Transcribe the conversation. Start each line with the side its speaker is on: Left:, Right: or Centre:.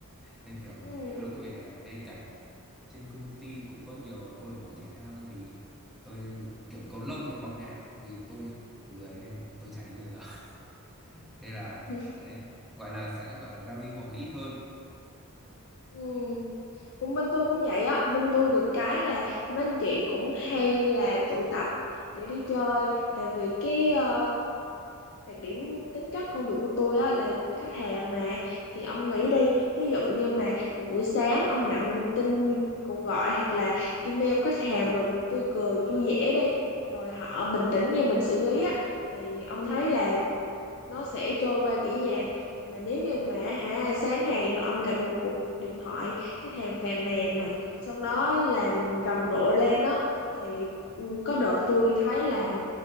Centre: nên kiểu
Left: ừ
Centre: nhiều lúc cũng về nhà với cả trên công ty cũng có nhiều câu lạc bộ thể thao nhưng vì tôi kiểu cầu lông hay bóng đá nhưng vì tôi lười nên tôi chả đi bao giờ <laughs> thế là
Left: ừ
Centre: đấy gọi là sẽ gọi là giao lưu mọi người ít hơn
Left: ừ. cũng bên tôi cũng vậy á bên tôi được cái là mấy anh chị cũng hay là tụ tập để đi chơi tại vì cái ờ, đặc điểm tính chất công việc của tôi á là khách hàng mà thì ông nghĩ đi ví dụ như mà một buổi sáng ông nhận tin cuộc gọi hoặc là email khách hàng mà tôi cười vui vẻ đi rồi họ bình tĩnh như mình xử lý á thì ông thấy là nó sẽ trôi qua dễ dàng mà nếu như mà hả sáng ngày mà ông gặp một cuộc điện thoại khách hàng phàn nàn nè xong đó làm rầm rộ lên đó thì ừ, có đợt tôi thấy là